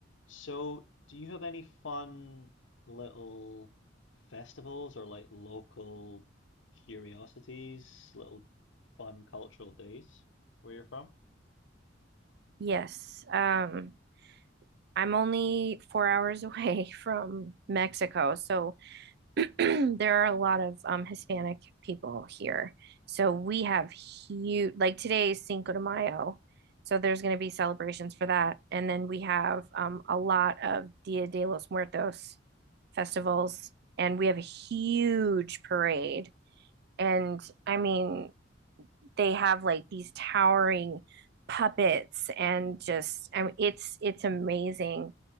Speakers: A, on the left (about 85°); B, on the right (about 60°).
A: So, do you have any fun little festivals or like local curiosities, little fun cultural days where you're from?
B: Yes. Um, I'm only four hours away <laughs> from Mexico, so <clears throat> there are a lot of um, Hispanic people here. So we have huge, like today is Cinco de Mayo, so there's going to be celebrations for that, and then we have um, a lot of Dia de los Muertos festivals, and we have a huge parade. And I mean, they have like these towering puppets and just I mean, it's it's amazing.